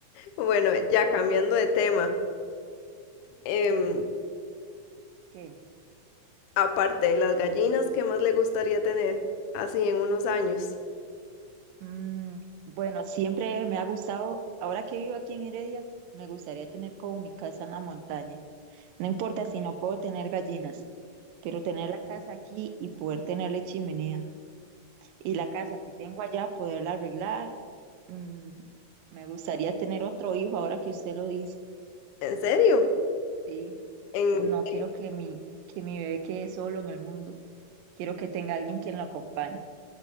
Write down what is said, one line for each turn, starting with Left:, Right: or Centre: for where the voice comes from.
Left: Bueno, ya cambiando de tema, em,
Right: Que,
Left: aparte de las gallinas, ¿qué más le gustaría tener así en unos años?
Right: mm, bueno, siempre me ha gustado, ahora que vivo aquí en Heredia, me gustaría tener como mi casa en la montaña. No importa si no puedo tener gallinas, pero tener la casa aquí y poder tenerle chimenea. Y la casa que tengo allá, poderla arreglar. mm, me gustaría tener otro hijo ahora que usted lo dice.
Left: ¿En serio?
Right: Sí,
Left: En,
Right: sí, no
Left: en-
Right: quiero que mi, que mi bebé quede solo en el mundo. quiero que tenga alguien quien lo acompañe.